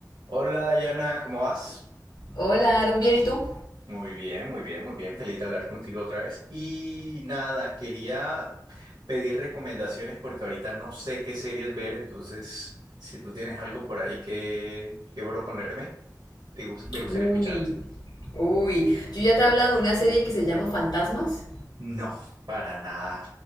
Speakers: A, on the right (about 75°); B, on the left (about 80°).
A: Hola Dayana, ¿cómo vas?
B: Hola, Aaron, ¿bien y tú?
A: Muy bien, muy bien, muy bien. Feliz de hablar contigo otra vez. Y nada, quería pedir recomendaciones porque ahorita no sé qué series ver, entonces si tú tienes algo por ahí que, que proponerme, te, gus- me gustaría
B: Uy,
A: escucharte.
B: Uy, yo ya te he hablado de una serie que se llama Fantasmas.
A: No, para nada,